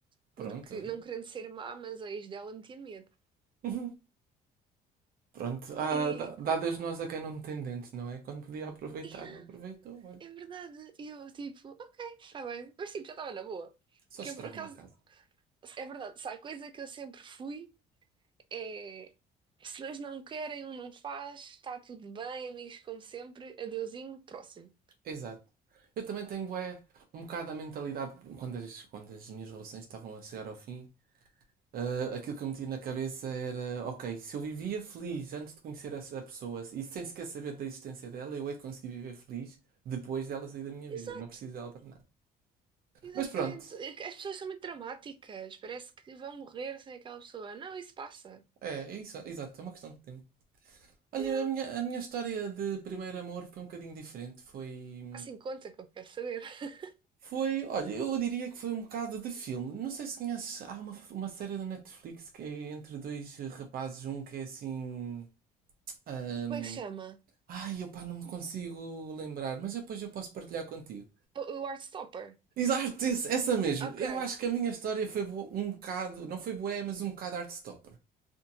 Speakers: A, on the right; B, on the right.
A: porque
B: Pronto, olha.
A: não querendo ser má, mas a ex dela metia medo.
B: Uhum. Pronto, ah,
A: E
B: dá, dá Deus nós a quem não tem dentes, não é? Quando podia aproveitar,
A: Yeah,
B: não aproveitou, olha.
A: é verdade. E eu, tipo, ok, está bem. Mas, tipo, já estava na boa.
B: Só
A: Que
B: estraga
A: eu, por acaso,
B: uma casa.
A: é verdade. Se há coisa que eu sempre fui, é... Se dois não querem, um não faz, está tudo bem, amigos como sempre, adeusinho, próximo.
B: Exato. Eu também tenho, bué, um bocado a mentalidade, quando as, quando as minhas relações estavam a chegar ao fim, ah, aquilo que eu metia na cabeça era, ok, se eu vivia feliz antes de conhecer essa pessoa e sem sequer saber da existência dela, eu hei de conseguir viver feliz depois dela sair da minha
A: Exato,
B: vida. Não preciso dela para nada.
A: exatamente.
B: Mas pronto,
A: É que As pessoas são muito dramáticas, parece que vão morrer sem aquela pessoa. Não, isso passa.
B: é, é isso, exato, é uma questão de tempo. Olha,
A: É.
B: a minha, a minha história de primeiro amor foi um bocadinho diferente. Foi.
A: Assim conta que eu quero saber. <laughs>
B: Foi. Olha, eu diria que foi um bocado de filme. Não sei se conheces. Há uma, uma série da Netflix que é entre dois rapazes. Um que é assim. ahm,
A: Como é que se chama?
B: Ai, opá, não me consigo lembrar. Mas depois eu posso partilhar contigo.
A: O, o Heartstopper.
B: Exato, esse- essa mesmo.
A: Ok,
B: Eu acho que a minha história foi bo- um bocado. Não foi bué, mas um bocado Heartstopper.